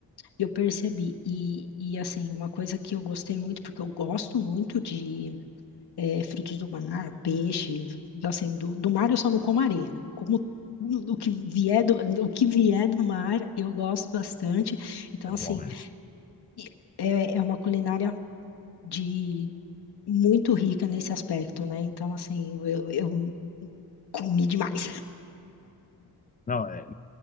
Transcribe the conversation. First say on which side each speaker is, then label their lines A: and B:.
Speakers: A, on the left; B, on the left.
A: eu percebi. E, e, assim, uma coisa que eu gostei muito, porque eu gosto muito de é, frutos do mar, peixe, assim, do, do mar eu só não como areia, né? Como o que vier do, o que vier do mar eu gosto bastante. Então,
B: É bom
A: assim,
B: isso.
A: e é, é uma culinária de muito rica nesse aspecto, né? Então, assim, eu, eu comi demais,
B: Não, é,